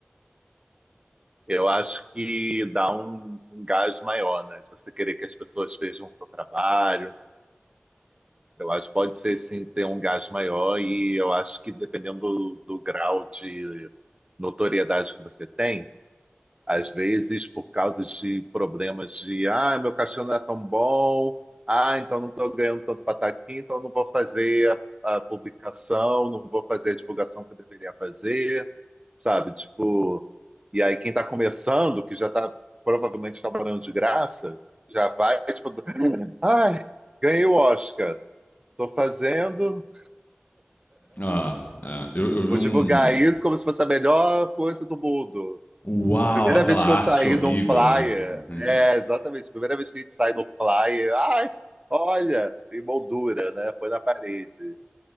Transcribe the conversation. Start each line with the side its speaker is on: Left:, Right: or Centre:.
Right: Eu acho que dá um, um gás maior, né? De Você querer que as pessoas vejam o seu trabalho. Eu acho que pode ser sim ter um gás maior, e eu acho que dependendo do, do grau de notoriedade que você tem, Às vezes, por causa de problemas de, ah, meu cachorro não é tão bom, ah, então não estou ganhando tanto para estar aqui, então não vou fazer a, a publicação, não vou fazer a divulgação que eu deveria fazer, sabe? Tipo, e aí quem está começando, que já está provavelmente trabalhando de graça, já vai, tipo, ai, ganhei o Oscar, estou fazendo,
Left: Ah, é, eu, eu vi
Right: vou
Left: um.
Right: divulgar isso como se fosse a melhor coisa do mundo.
Left: Uau,
Right: Primeira
Left: aquela
Right: vez
Left: arte
Right: que eu saí
Left: horrível,
Right: de um flyer,
Left: né? <laughs>
Right: é, exatamente, primeira vez que a gente sai de um flyer, ai, olha, emoldura, né? Foi na parede.